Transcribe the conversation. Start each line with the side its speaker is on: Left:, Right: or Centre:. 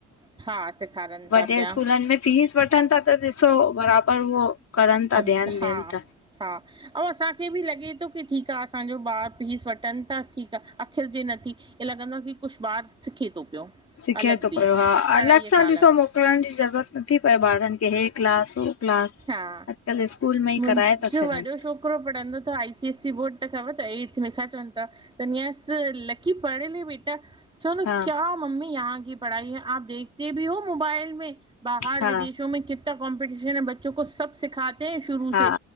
Right: हा सेखारनि
Left: वॾे
Right: था पिया
Left: स्कूलनि में फीस वठनि था त ॾिसो बराबरि उहो करनि था
Right: हा
Left: ध्यानु ॾियनि था।
Right: हा ऐं असांखे बि लॻे थो की ठीकु आ असांजो ॿार फीस वठनि था ठीकु आ अख़िरिजे नथी ईअ लॻंदो आ की कुझु ॿारु सिखे थो पियो
Left: सिखे
Right: अलॻि
Left: थो
Right: बि
Left: पयो हा
Right: पढ़ाईअ
Left: अलॻि सां
Right: खां
Left: ॾिसो मो मोकलण जी ज़रूरत नथी पए ॿारनि खे हे क्लास हो क्लास
Right: हा
Left: अॼकल्ह स्कूल में ई
Right: मुंहिंजो
Left: कराए था छॾनि
Right: वॾो छोकिरो पढ़ंदो तव आई सीएससी बोर्ड ख़बर तव एट्थ में छा चवनि तव चवन्दीआस लकी पढ़ ले बेटा चवदो
Left: हा
Right: क्या मम्मी यार की पढ़ाई हे आप देखते बि हो मोबाइल में बाहिर
Left: हा
Right: विदशो में किता कॉमपटीशन हे बच्चो को सभु सिखाते हे शुरू
Left: हा
Right: से